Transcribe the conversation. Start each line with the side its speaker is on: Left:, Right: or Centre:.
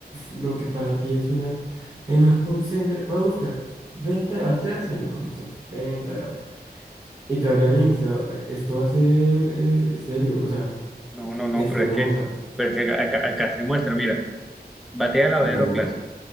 Right: Lo que para ti es una. En el home center. Puedo buscar venta de bateas en el home center. Venta de bateas. Y te voy a enviar links. te va- Esto va a ser eh, serio. O sea.
Centre: No, no, no,
Right: Es
Centre: pero
Right: que
Centre: es
Right: no,
Centre: que,
Right: o sea,
Centre: pero es que acá, acá- acá se muestra, mira, batea lavadero
Right: no,
Centre: clásico.